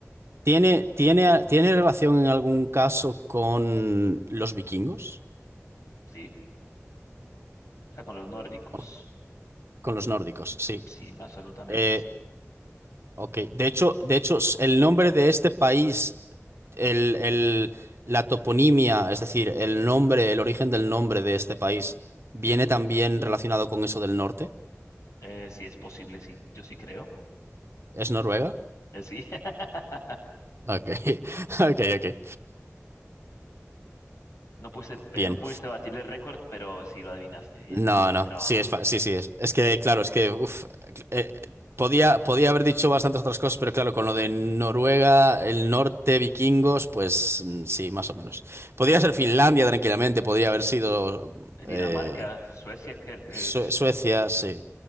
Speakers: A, on the right; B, on the left.
A: ¿Tiene, tiene, tiene relación en algún caso con los vikingos?
B: ¿sí? O sea, con los nórdicos,
A: ¿O con los nórdicos? Sí.
B: sí, absolutamente
A: Eh,
B: sí.
A: Ok, de hecho, de hecho, s- el nombre de este país, el, el- la toponimia, es decir, el nombre, el origen del nombre de este país, viene también relacionado con eso del norte.
B: Eh, sí es posible, sí, yo sí creo.
A: ¿Es Noruega?
B: Eh, sí, <laughs>
A: Ok, <laughs> ok, ok.
B: no pudiste, eh,
A: Bien.
B: no pudiste batir el récord, pero sí lo adivinaste bien.
A: No,
B: Buen
A: no,
B: Trabajo.
A: sí, es, fa- sí, sí, es, es que, claro, es que, uf, eh, podía, podía haber dicho bastantes otras cosas, pero claro, con lo de Noruega, el norte, vikingos, pues mm, sí, más o menos. Podría ser Finlandia tranquilamente, podría haber sido...
B: Dinamarca,
A: eh,
B: Suecia, que, eh,
A: Sue- Suecia, sí,